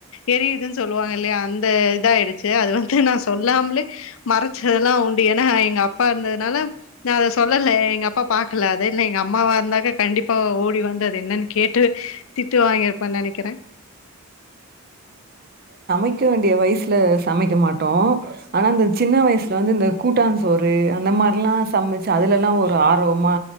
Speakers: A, on the left; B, on the right.
A: எரியுதுன்னு சொல்லுவாங்க இல்லையா அந்த இதா ஆயிடுச்சு. அது வந்து நா சொல்லாமலே மறைச்சதெல்லா உண்டு ஏன்னா எங்க அப்பா இருந்ததுனால நா அத சொல்லல எங்க அப்பா பாக்கல அது இல்ல எங்க அம்மாவா இருந்தாக்க கண்டிப்பா ஓடி வந்து அது என்னனு கேட்டு திட்டு வாங்கிருப்பன்னு நெனைக்கிறே
B: மைக்க வேண்டிய வயசுல சமைக்க மாட்டோ ஆனா அந்த சின்ன வயசுல வந்து இந்த கூட்டாஞ்சோறு அந்த மாரிலா சமச்சு அதுலலா ஒரு ஆர்வமா